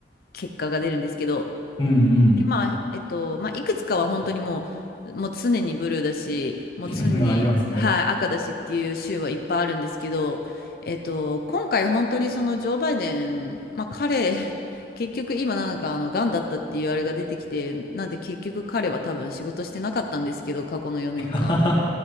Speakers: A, on the left; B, on the left.
A: 結果が出るんですけど
B: うんうん。
A: で、まあ、えっと、まあ、いくつかは本当にもう、もう常にブルーだし、もう常に、
B: <laughs> ありますね。
A: はい、赤だしっていう州はいっぱいあるんですけど、えっと、今回本当にそのジョー・バイデン、まあ彼、<laughs> 結局今なんかあの、癌だったっていうあれが出てきて、なんで結局彼は多分仕事してなかったんですけど、過去の4年間。
B: <laughs>